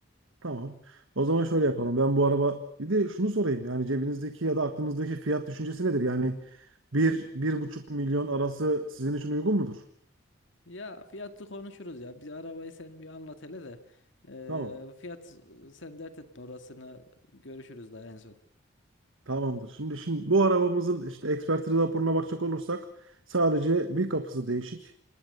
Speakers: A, on the right; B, on the left.
A: Tamam. O zaman şöyle yapalım. Ben bu araba bir de şunu sorayım. Yani cebinizdeki ya da aklınızdaki fiyat düşüncesi nedir? Yani bir, bir buçuk milyon arası sizin için uygun mudur?
B: Ya fiyatı konuşuruz ya. Biz arabayı sen bir anlat hele de. Ee,
A: Tamam.
B: fiyat sen dert etme orasını görüşürüz daha en son.
A: Tamamdır. Şimdi şimdi bu arabamızın işte ekspertiz raporuna bakacak olursak sadece bir kapısı değişik.